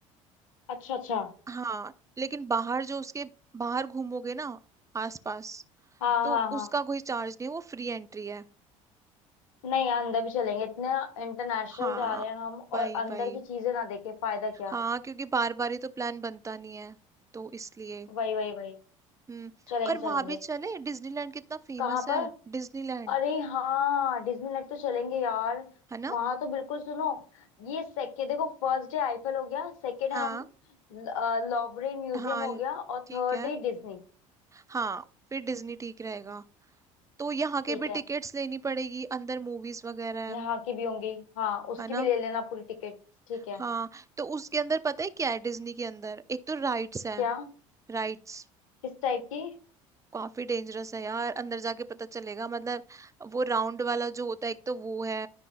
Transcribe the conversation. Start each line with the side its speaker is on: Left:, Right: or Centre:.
Left: अच्छा अच्छा
Right: हाँ लेकिन बाहर जो उसके बाहर घूमोगे ना आसपास
Left: हाँ
Right: तो
Left: हाँ हाँ
Right: उसका कोई चार्ज नहीं है वो फ्री एंट्री है
Left: नहीं यार अंदर भी चलेंगे इतने इंटरनेशनल
Right: हाँ
Left: जा रहे हैं हम और
Right: वही
Left: अंदर
Right: वही
Left: की चीजें ना देखे फायदा क्या
Right: हाँ क्योंकि बार बार ही तो प्लान बनता नहीं है तो इसलिए
Left: वही वही वही
Right: हम्म
Left: चलेंगे
Right: और
Left: चलेंगे
Right: वहां भी चले डिज्नीलैंड कितना फेमस
Left: कहाँ
Right: है
Left: पर
Right: डिज्नीलैंड
Left: अरे हाँ डिज्नीलैंड तो चलेंगे यार
Right: है ना
Left: वहां तो बिल्कुल सुनो ये सेकेंड देखो फर्स्ट डे आईफल हो गया सेकेंड
Right: हाँ
Left: हम लॉवरे म्यूजियम
Right: हाँ
Left: हो
Right: ल-
Left: गया और
Right: ठीक
Left: थर्ड
Right: है
Left: डे डिज्नी
Right: हाँ फिर डिज्नी ठीक रहेगा तो यहाँ के
Left: ठीक
Right: भी
Left: है
Right: टिकट्स लेनी पड़ेगी अंदर मूवीज वगैरह
Left: यहाँ
Right: है
Left: की भी होंगी हाँ उसकी
Right: है ना
Left: भी ले लेना पूरी टिकट ठीक है
Right: हाँ तो उसके अंदर पता है क्या है डिज्नी के अंदर एक तो राइड्स है
Left: क्या
Right: राइड्स
Left: किस टाइप की
Right: काफी डेंजरस है यार अंदर जाके पता चलेगा मतलब वो राउंड वाला जो होता है एक तो वो है